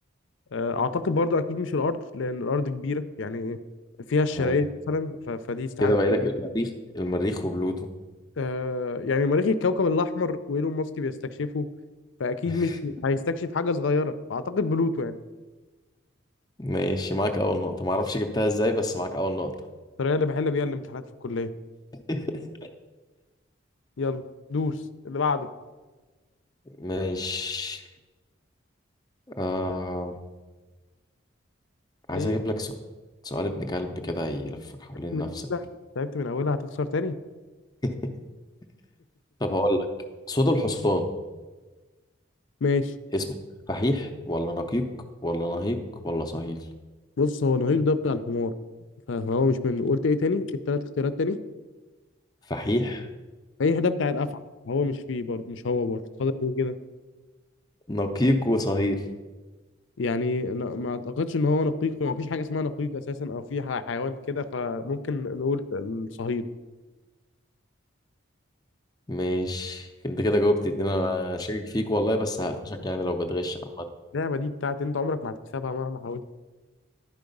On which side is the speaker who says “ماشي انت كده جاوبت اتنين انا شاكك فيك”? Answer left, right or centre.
Left